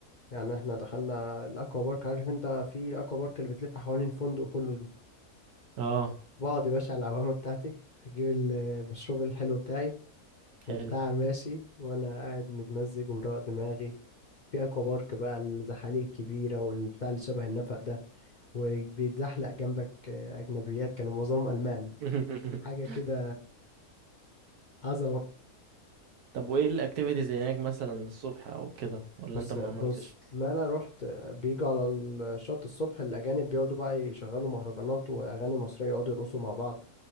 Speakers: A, on the left; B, on the right.
A: يعني احنا دخلنا الاكوا بارك عارف انت في الاكوا بارك اللي بتلف حوالين الفندق كله دي
B: اه
A: بقعد يا باشا على العوامة بتاعتي هجيب المشروب الحلو بتاعي
B: حلو
A: والبتاع ماشي وانا قاعد متمزج ومروق دماغي في اكوا بارك بقى الزحاليق الكبيرة والبتاع اللي شبه النفق ده وبيتزحلق جنبك آه، اجنبيات كانوا معظمهم المان
B: <laughs>
A: حاجة كده عظمة
B: طب وايه الاكتيفيتيز هناك مثلا الصبح او كده ولا
A: بص
B: انت ما
A: بص
B: عملتش؟
A: لا لا رحت بيجوا على الشط الصبح الأجانب بيقعدوا بقى يشغلوا مهرجانات وأغاني مصرية يقعدوا يرقصوا مع بعض